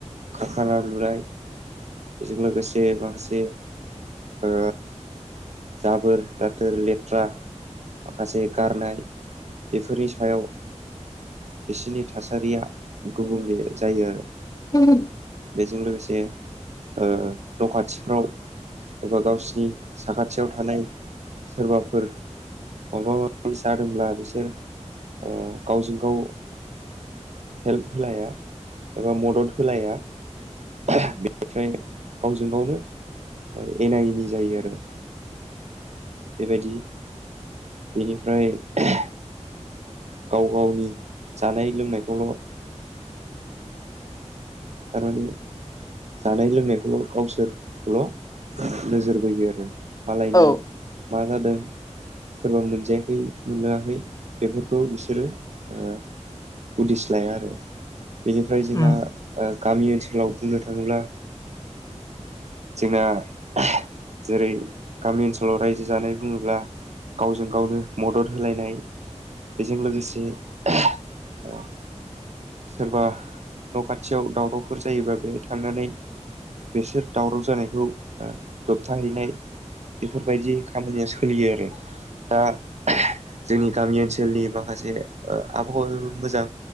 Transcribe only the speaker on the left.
उम
औ
उम